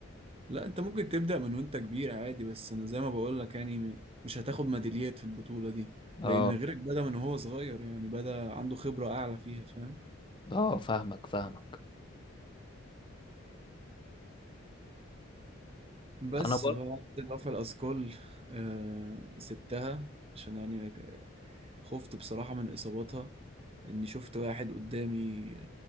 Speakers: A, on the right (about 30°); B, on the left (about 25°).
A: لا انت ممكن تبدأ من وانت كبير عادي بس انا زي ما بقول لك يعني م- مش هتاخد ميداليات في البطولة دي
B: اه
A: لان غيرك بدأ من هو صغير يعني بدأ عنده خبرة اعلى فيها فاهم
B: اه فاهمك فاهمك
A: بس
B: انا برضه
A: بعد رفع الاثقال آه سبتها عشان يعني ك- خفت بصراحة من اصاباتها لاني شفت واحد قدامي